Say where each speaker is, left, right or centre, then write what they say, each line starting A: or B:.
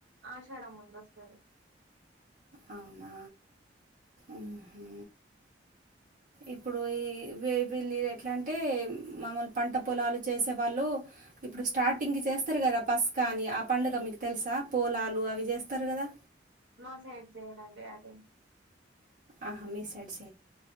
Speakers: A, on the right; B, on the right.
A: ఆషాడం ముందొస్తది
B: అ అవునా ఉహు ఇప్పుడు ఈ వె వెళ్ళీ దెట్లంటే మామోల్ పంట పొలాలు చేసే వాళ్ళు ఇప్పుడు స్టార్టింగ్కి చేస్తారు కదా పస్కా అని ఆ పండుగ మీకు తెలుసా పోలాలు అవి చేస్తారు గదా
A: మా సైడ్ జేయ్యరండి అవి
B: ఆహ మీ సైడ్ స్